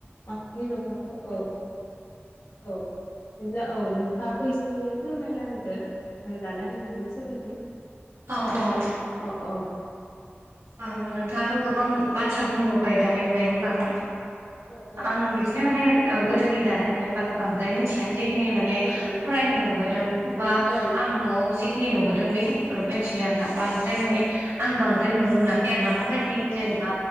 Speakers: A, on the left (about 80°); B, on the right (about 90°).
A: माथानि दखना खौ औ औ बिदिब्ला औ नोंथांङाबो एसे फोरमायना होदो दानाय लुनायनि सोमोन्दै जि
B: औ
A: दानाय
B: औ औ
A: औ
B: ओ नोंथाङाथ गोबां बाथ्रा बुंबोबाय दानायनि बागै
A: औ औ
B: आं बिदिनो माने गोदोनि दानायनायनि बागै बांद्राय मिथियादि जिखिनि माने
A: उम उम
B: फरायनो मोनबोदों बा
A: ओं औ
B: आं न'आव जिखिनि नुबोदों बेखिनिखौल मिथियो आरो ना बांद्राय माने
A: औ उम
B: आं बांद्राय नुनो मोनाखै आरो ना मा बायदि जेनेबा
A: उम